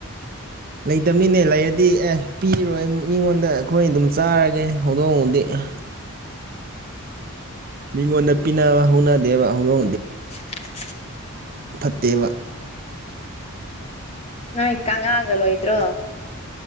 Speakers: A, on the right; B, on the left.
A: ꯂꯩꯇꯝꯅꯤꯅꯦ ꯂꯩꯔꯗꯤ ꯑꯦ ꯄꯤꯔꯣꯏ ꯃꯤꯉꯣꯟꯗ ꯑꯩꯈꯣꯏ ꯑꯗꯨꯝ ꯆꯥꯔꯒꯦ ꯍꯧꯗꯣꯡꯕꯨꯗꯤ ꯍꯥ ꯃꯤꯉꯣꯟꯗ ꯄꯤꯅꯕ ꯍꯧꯅꯗꯦꯕ ꯍꯧꯗꯣꯡꯗꯤ
B: <unintelligible>
A: ꯐꯠꯇꯦꯕ
B: ꯅꯣꯏ ꯀꯥꯉꯥꯒ ꯂꯣꯏꯗ꯭ꯔꯣ